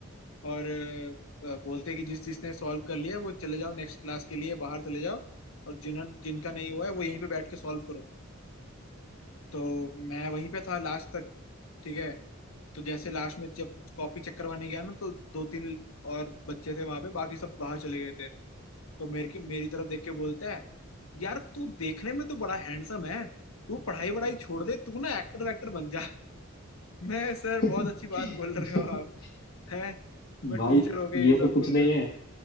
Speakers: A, on the left; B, on the left.
A: और अ, बोलते कि जिस जिसने सॉल्व कर लिया है, वो चले जाओ नेक्स्ट क्लास के लिए बाहर चले जाओ और जिन जिनका नहीं हुआ है वो यहीं पे बैठ के सॉल्व करो तो मैं वहीं पे था लास्ट तक ठीक है तो जैसे लास्ट में जब कॉपी चेक करवाने गया ना तो दो तीन और बच्चे थे वहां पे बाकी सब बाहर चले गए थे तो मेरे की मेरी तरफ देख के बोलता है यार तू देखने में तो बड़ा हैंडसम है तू पढ़ाई वढ़ाई छोड़ दे तू ना एक्टर वैक्टर बन जा <laughs> मैं सर
B: <laughs>
A: बहुत अच्छी बात बोल रहे हो आप हैं मैं
B: भाई
A: टीचर हो गए
B: ये
A: ये सब
B: तो कुछ
A: बोल
B: नहीं
A: रहे
B: है
A: हो